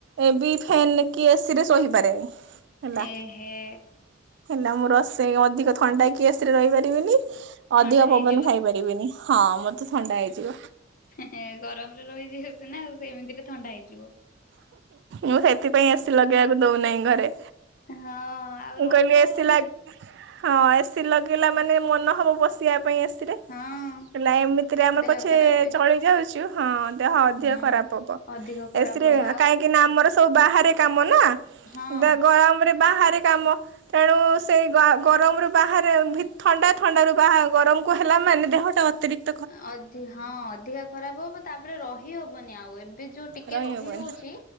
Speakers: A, on the right (about 60°); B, on the left (about 45°).
A: ଏ ବି ଫ୍ୟାନ୍ କି ଏ ସି ରେ ଶୋହିପାରେ ହେଲା
B: ଏ ହେ
A: ହେଲା ମୋର ରୋଷେଇ ଅଧିକ ଥଣ୍ଡା କି ଏ ସିରେ ରହିପାରିବିନି
B: ଥଣ୍ଡା
A: ଅଧିକ
B: ହେଇଯିବ
A: ପବନ ଖାଇପାରିବିନି ହଁ ମତେ ଥଣ୍ଡା ହେଇଯିବ।
B: ହେ ଗରମରେ ରହିଯିବେ ସିନା ଆଉ ସେମିତିରେ ଥଣ୍ଡା ହେଇଯିବ।
A: ମୁଁ ସେଥିପାଇଁ ଏ ସି ଲଗେଇଆକୁ ଦଉନାହିଁ ଘରେ।
B: ହଁ-ଅ-ଅ ଆଉ
A: ମୁଁ
B: ରହି
A: କହିଲି ଏସି
B: ହବନି
A: ଲା
B: ଯ
A: ହଁ ଏ ସି ଲଗେଇଲା ମାନେ ମନ ହବ ବସିବା ପାଇଁ ଏ ସି
B: ହଁ।
A: ହେଲା ଏମିତିରେ ଆମେ
B: ଦେହ
A: ପଛେ-ଏ-ଏ
B: ଖରାପ ହେଇଯିବ।
A: ଚଳି ଯାଉଛୁ ହଁ ଦେହ ଅଧିକ
B: ହଁ
A: ଖରାପ ହବ।
B: ଅଧିକ ଖରାପ
A: ଏ ସିରେ
B: ହବ ଆଉ
A: କାହିଁକି ନା ଆମର ସବୁ ବାହାରେ କାମ ନା।
B: ହଁ
A: ବା ଗରମ୍ ରେ ବାହାରେ କାମ। ତେଣୁ-ଉ-ଉ ସେଇ ଗା ଗରମରୁୁ ବାହାରେ ଭିତ ଥଣ୍ଡା ଥଣ୍ଡାରୁ ବାହା ଗରମ କୁ ହେଲା ମାନେ ଦେହଟା ଅତିରିକ୍
B: ଅଧି ହଁ ଅଧିକା ଖରାପ ହବ ତାପରେ ରହି ହବନି ଆଉ ଏ ଏବେ ଯୋଉ ଟିକେ
A: ରହିହବନି
B: ରହି ହୋଉଛି